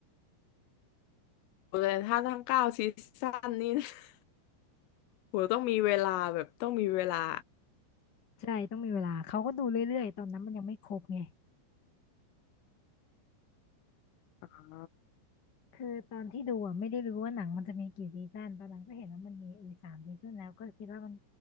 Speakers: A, on the left (about 80°); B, on the left (about 30°).
A: แต่ถ้าทั้งเก้าซีซั่นนี่ <laughs> โหต้องมีเวลาแบบต้องมีเวลา
B: ใช่ต้องมีเวลาเขาก็ดูเรื่อยๆตอนนั้นมันยังไม่ครบไง
A: อ่า
B: คือตอนที่ดูอ่ะไม่ได้รู้ว่าหนังมันจะมีกี่ซีซั่นตอนหลังก็เห็นว่ามันมีเออสามซีซั่นแล้วก็คิดว่ามัน